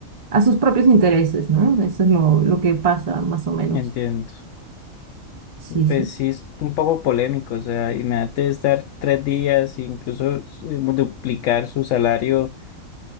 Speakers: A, on the right; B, on the left.
A: a sus propios intereses, ¿no? Eso es lo, lo que pasa más o menos.
B: entiendo.
A: Sí,
B: Pues
A: sí.
B: sí, es un poco polémico, o sea, imagínate estar tres días e incluso eh, duplicar su salario